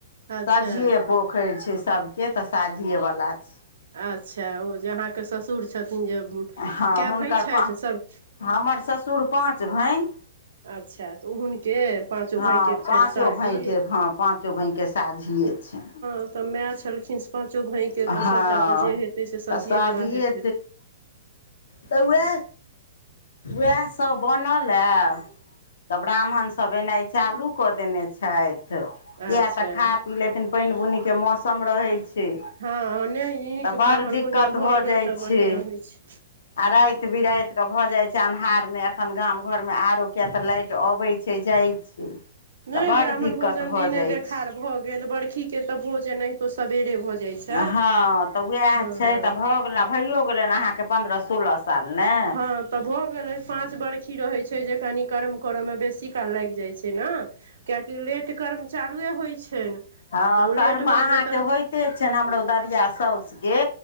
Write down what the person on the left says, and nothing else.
सझियए पोखरि छै सभके तऽ साझिये वला छी
हँ
हुनकर
पा
हमर ससुर पाँच भाय
हँ
पाँचो
भायके हँ पाँचो भायके साझिये छै
हँ
तऽ साझिए
तऽ उए उह सब बनल ह तऽ ब्राह्मण सब एनाइ चालू कऽ देने छथि किया
तऽ खा पी लेथिन पानि बुनी के मौसम रहै छै
तऽ
बड़ दिक्कत
भऽ
जाइ
छै
आ राति बिराति के भऽ जाय छै अन्हार में एखन गाम घर में आरो किया तऽ लाइट तऽ अबैत छै जाइत छै
तऽ बड़
दिक्कत
भऽ
जाइ
छै
हँ तऽ उएह
छै तऽ भऽ गेल भइयो गेलै अहाँके पन्द्रह सोलह साल ने
हँ
कर्म
अहाँके
होइते छै ने हमरो ददिया साउसके